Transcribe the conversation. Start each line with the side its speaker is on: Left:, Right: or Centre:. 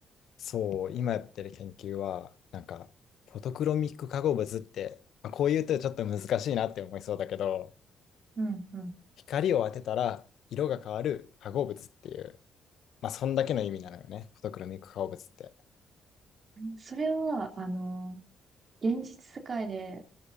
Left: そう、今やってる研究は、なんか、フォトクロミック化合物って、まあ、こう言うとちょっと難しいなって思いそうだけど、
Right: うんうん。
Left: 光を当てたら色が変わる化合物っていう、まあ、そんだけの意味なのよね、フォトクロミック化合物って。
Right: それは、あの、現実世界で、